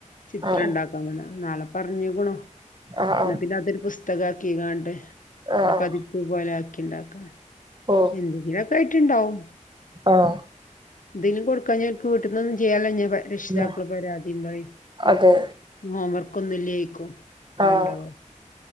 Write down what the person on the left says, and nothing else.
ചിത്രം
ഉണ്ടാക്ക അവന നാളെ പറഞ്ഞുകുണൂ
എന്നാ പിന്നെ അതൊരു പുസ്തക ആക്കി കാണ്ടെ
ഒരു പതിപ്പ് പോലെ ആക്കി ഉണ്ടാക്കണം
എന്തെങ്കിലുമൊക്കെ ആയിട്ട്ണ്ടാവും
എന്തെേലും കൊടുക്കാഞ്ഞപ്പം വീട്ടിൽന്നൊന്നും ചെയ്യാതെയ്ഞ്ഞാൽ രക്ഷിതാക്കള്
പരാതിയും പറയും
ഹോംവർക്ക് ഒന്നും ഇല്ലേഒയ്ക്കും അതാണ്ടാവ